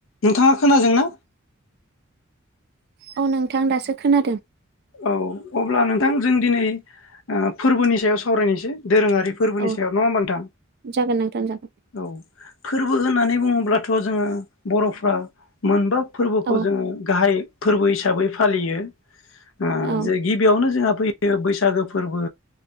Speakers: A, on the left (about 65°); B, on the right (about 50°).
A: नोंथांङा खोनाजोंना?
B: औ नोंथां दासो खोनादों।
A: औ अब्ला नोंथां जों दिनै ओ फोरबोनि सायाव सावरायनोसै दोरोंङारि फोरबोनि
B: औ
A: सा याद नंबा नथां?
B: जागोन नोंथां जागोन
A: औ फोरबो ओननानै बुंङोब्लाथ' जोंङो बर'फ्रा मोनबा फोरबोखौ
B: औ
A: जोंङो गाहाय फोरबो हिसा साबै फालियो। ओ
B: औ
A: जे गिबियावनो जोंहा फैयो बैस सागो फोरबो